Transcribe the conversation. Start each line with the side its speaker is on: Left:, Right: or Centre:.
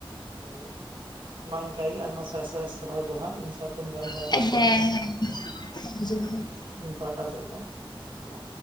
Right: ᱦᱸ ᱢᱟ ᱤᱱᱠᱠᱟ ᱜᱮ ᱟᱭᱢᱟ ᱥᱟᱭ ᱥᱟᱭ ᱥᱟᱨᱦᱟᱣ ᱡᱚᱦᱟᱨ ᱤᱧ ᱥᱟᱶᱛᱮᱢ ᱜᱟᱞ
Left: ᱦᱮᱸ ᱦᱮᱸ ᱡᱚᱦᱟᱨ
Right: ᱤᱧ ᱯᱟᱦᱴᱟ‌ ᱥᱮᱜ ᱠᱷᱚᱱ ᱢᱟ